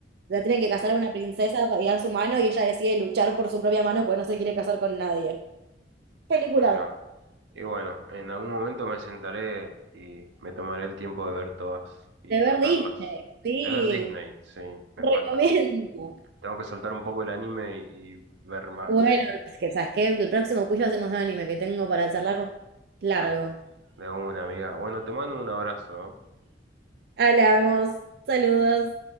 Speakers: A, on the right; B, on the right.
A: La tienen que casar a una princesa para llegar su mano y ella decide luchar por su propia mano porque no se quiere casar con nadie. Película
B: Mira. Y bueno, en algún momento me sentaré y me tomaré el tiempo de ver todas y
A: de
B: disfrutarlas.
A: ver Disney, sí,
B: De ver Disney, sí, me
A: recomiendo.
B: falta. Tengo que soltar un poco el anime y ver más
A: Bueno, es que, ¿sabes qué? El próximo cuyo hacemos de anime que tengo para charlar largo.
B: perf- de una amiga. Bueno, te mando un abrazo, ¿eh?
A: Hablamos. Saludos.